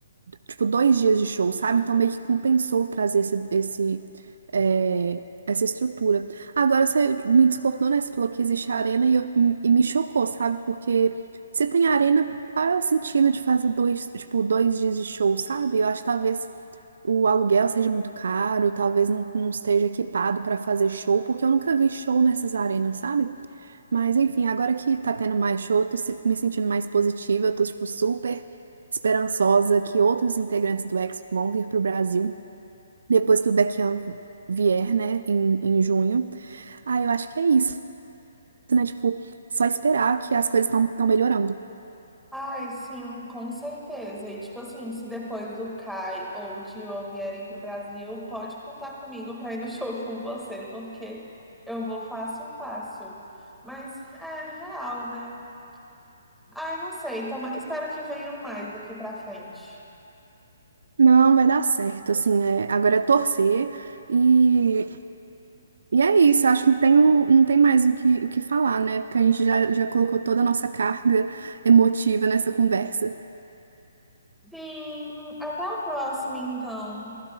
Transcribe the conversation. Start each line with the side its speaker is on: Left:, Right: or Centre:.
Right: tipo, dois dias de show, sabe? Então meio que compensou trazer esse, esse, é, essa estrutura. Agora você me discordou, né? Você falou que existe a arena e, eu- e me chocou, sabe? Porque se tem arena, qual é o sentido de fazer dois, tipo, dois dias de show, sabe? Eu acho que talvez o aluguel seja muito caro, talvez não, não esteja equipado para fazer show, porque eu nunca vi show nessas arenas, sabe? Mas enfim, agora que tá tendo mais show, eu tô se- me sentindo mais positiva, eu tô tipo super esperançosa que outros integrantes do X vão vir pro Brasil depois que o Baekhyun vier, né, em, em junho. Ah, eu acho que é isso, né? Tipo, só esperar que as coisas estão estão melhorando.
Centre: Ai, sim, com certeza. E tipo assim, se depois do Kai ou de O vierem pro Brasil, pode contar comigo para ir no <laughs> show com você, porque eu vou fácil, fácil. Mas é real, né? Ai, não sei. Toma... Espero que venham mais daqui pra frente.
Right: Não, vai dar certo, assim, é, agora é torcer e, e é isso, acho que não tem, o- não tem mais o que, o que falar, né? Porque a gente já, já colocou toda a nossa carga emotiva nessa conversa.
Centre: Sim, até a próxima, então.